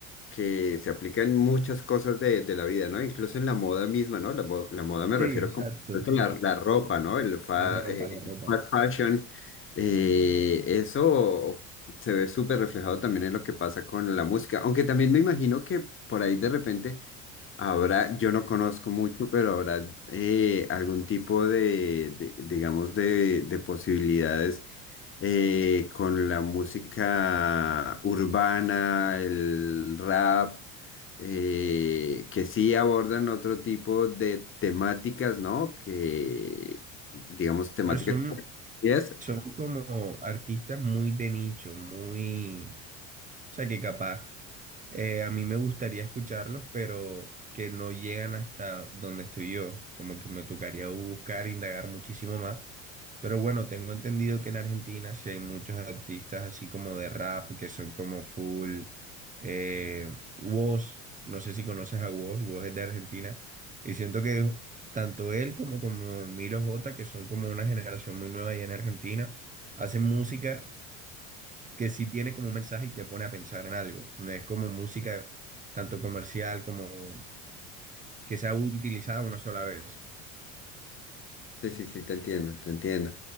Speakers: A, on the left; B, on the right.
A: que se aplica en muchas cosas de, de la vida, ¿no? Incluso en la moda misma, ¿no? La, mo- la moda me
B: Sí,
A: refiero
B: exacto.
A: como creo que la, la ropa, ¿no? El, fa-
B: La ropa,
A: eh, el
B: la ropa.
A: fast fashion, eh, eso se ve súper reflejado también en lo que pasa con la música, aunque también me imagino que por ahí de repente Habrá, yo no conozco mucho, pero habrá eh, algún tipo de, de- digamos, de, de posibilidades eh, con la música urbana, el rap, eh, que sí abordan otro tipo de temáticas, ¿no? Que, digamos, temáticas.
B: Pero son,
A: Yes,
B: son como artistas muy de nicho, muy... O sea, que capaz eh, a mí me gustaría escucharlos, pero que no llegan hasta donde estoy yo. Como que me tocaría buscar, indagar muchísimo más. Pero bueno, tengo entendido que en Argentina sí hay muchos artistas así como de rap, que son como full. Eh, Wos, no sé si conoces a Wos, Wos es de Argentina. Y siento que tanto él como, como Milo J, que son como una generación muy nueva allá en Argentina, hacen música que sí tiene como un mensaje y te pone a pensar en algo. No es como música tanto comercial como que sea utilizada una sola vez.
A: Sí, sí, sí, te entiendo, te entiendo.